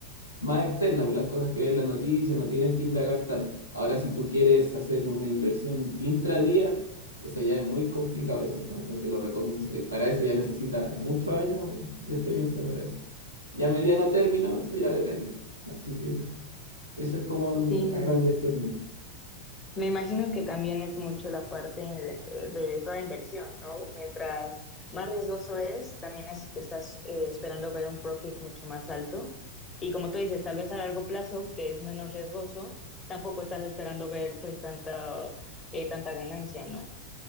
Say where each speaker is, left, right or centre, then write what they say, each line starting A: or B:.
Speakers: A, on the left; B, on the left.
A: más externas, pues, las cosas que ves en las noticias, no tienes que indagar tanto. Ahora, si tú quieres hacer una inversión intradía, eso ya es muy complicado, eso no, no te lo recomiendo. eso- Para eso ya necesitas muchos años de experiencia para eso. Ya a mediano término, eso ya depende. Así que eso es como
B: Sí.
A: a grandes términos.
B: Me imagino que también es mucho la parte de, de toda inversión, ¿no? Mientras más riesgoso es, también es- estás eh, esperando ver un profit mucho más alto. Y como tú dices, tal vez a largo plazo, que es menos riesgoso, tampoco estás esperando ver pues tanta, eh, tanta ganancia, ¿no?